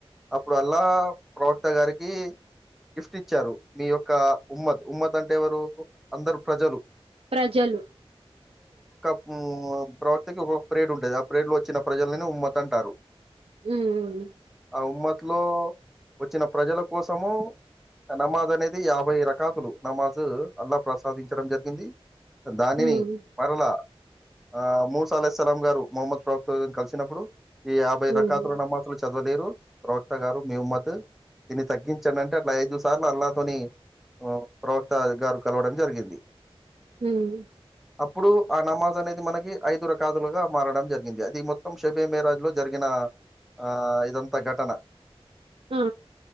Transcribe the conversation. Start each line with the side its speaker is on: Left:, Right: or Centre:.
Centre: అప్పుడు అల్లాహబ్ ప్రవక్త గారికి గిఫ్ట్ ఇచ్చారు మీ యొక్క ఉమ్మత్ ఉమ్మత్ అంటే ఎవరు అందరు ప్రజలు
Right: ప్రజలు
Centre: ఉ అ ప్రవక్త ఒక ప్రేడ్ ఉంటది ఆ ప్రేడ్ లో వచ్చిన ప్రజలని ఉమ్మత్ అంటారు
Right: మ్మ్ హ్హ్
Centre: ఆ ఉమ్మతు లో వచ్చిన ప్రజల కోసము నమాజ్ అనేది యాభై రకాతులు నమాజ్ అల్లా ప్రసాదించడం జరిగింది దానిని
Right: ఉమ్
Centre: మరలా ఆ మూస అలే సలాం గారు ముహమ్మద్ ప్రవక్తను కలిసినప్పుడు ఈ యాభై
Right: ఉమ్
Centre: రకాతుల నమాజులు చది వ్ వలేరు ప్రవక్త గారు మీ ఉమ్మత్ దీన్ని తగ్గించండి అంటే అట్ల ఐదు సార్లు అల్లాతోని ఆ ప్రవక్త ఆ గారు కలవడం జరిగింది
Right: మ్మ్ హ్
Centre: అప్పుడు ఆ నమాజ్ అనేది మనకి ఐదు రకాదులుగా మారడం జరిగింది అది మొత్తం షెబే మేరాజ్ లో జరిగిన ఆ ఆ ఇదంత ఘటన
Right: ఆ